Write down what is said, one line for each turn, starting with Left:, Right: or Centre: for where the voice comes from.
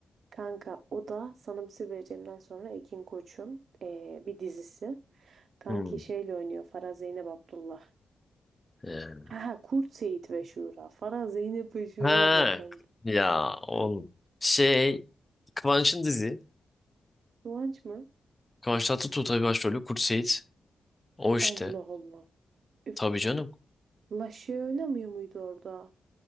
Right: Kanka o da sana bir sır vereceğimden sonra Ekin Koç'un eee, bir dizisi. Kanki
Left: Hı.
Right: şeyle oynuyor Farah Zeynep Abdullah.
Left: Ee,
Right: Ha, Kurt Seyit ve Şura. Farah Zeynep ve Şura
Left: Ha
Right: ne kanka?
Left: ya oğlum. Şey Kıvanç'ın dizi.
Right: Kıvanç mı?
Left: Kıvanç Tatlıtuğ tabii başrolü. Kurt Seyit. O işte.
Right: Allah Allah. Üf.
Left: Tabii canım.
Right: La şey oynamıyor muydu orada?